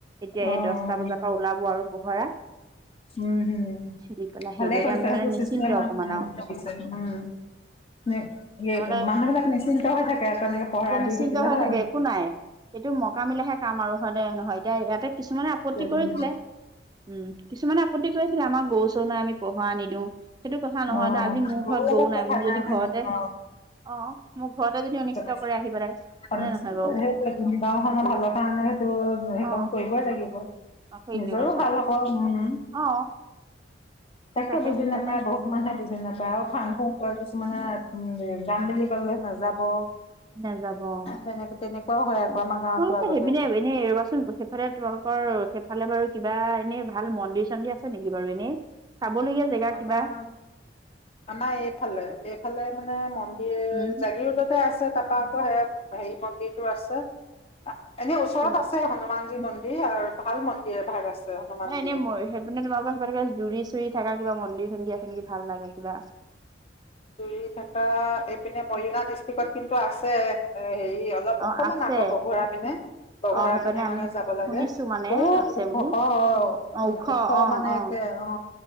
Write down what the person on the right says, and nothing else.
এতিয়া
এই দহটা বজাৰ পৰা ওলাব আৰু পহৰা।
দি পেলাই হেৰি
কৰি এতিয়া
আমি মানে নিশ্চিন্ত
অকমান আৰু
নহ'লে
যে নিশ্চিন্ত
হৈ
থাকে একো নাই এইটো মকামিলেহে কাম আৰু হয়নে নহয় এতিয়া ইয়াতে কিছুমানে আপত্তি
কৰিছিলে
উম' কিছুমানে আপত্তি কৰি আছিলে আমাৰ গৰু চৰু নাই আমি পহৰা-চহৰা নিদিওঁ। সেইটো কথা নহয়
নহয় আজি মোৰ
ঘৰত
গৰু নাই।
মোৰ যদি ঘৰতে
অ' মোৰ ঘৰতে যদি অনিষ্ট
কৰে আহি পেলাই হয়নে নহয়
বাৰু
সেইটোৱে
কথা
অ
অ সেইটোৱে
কথা
অ সেই
সেইকাৰণে
নাযাব অ
তোমালোকৰ
সেইপিনে এনে ৰবাচোন সেইফালে তোমালোকৰ সেইফালে বাৰু কিবা এনে ভাল মন্দিৰ-চন্দিৰ আছে নেকি বাৰু এনেই- চাবলগীয়া- জেগা
কিবা
উম'
কোনটো
নাই এনেই সেইপিনে মানে তোমালোকৰ সেইপিনে কিবা জুৰি- চুৰি থকা কিবা মন্দিৰ-চন্দিৰ আছে নেকি ভাল লগা কিবা
অ আছে
অ সেইপিনে
আমি
শুনিছো মানে
আছে
বুলি
অ
অ
অ